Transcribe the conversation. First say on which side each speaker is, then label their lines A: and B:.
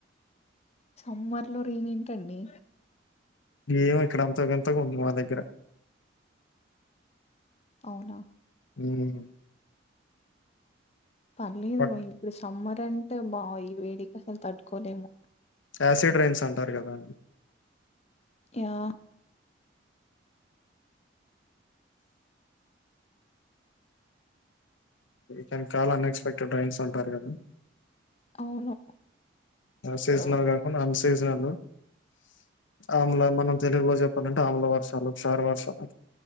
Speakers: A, on the left (about 35°); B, on the left (about 80°).
A: సమ్మర్ లో రేన్ ఏంటండి
B: ఏమో ఇక్కడ అంత వింతగా ఉంది మా దగ్గర
A: అవునా
B: ఉమ్
A: పర్లేదు
B: పక్-
A: ఇప్పుడు సమ్మర్ అంటే బా ఈ వేడికి అసలు తట్టుకోలేము
B: యాసిడ్ రైన్స్ అంటారు కదా
A: యా
B: కానీ కాల అన్ ఎక్స్పెక్టెడ్ రైస్స్ ఉంటారు కదా
A: అవును.
B: సిజనల్
A: ఆహ్,
B: కాకుండా ఆన్ సీజనల్ ఆమ్ల మనం తెలుగులో చెప్పాలంటే ఆమ్ల వర్షాలు క్షార వర్షాలు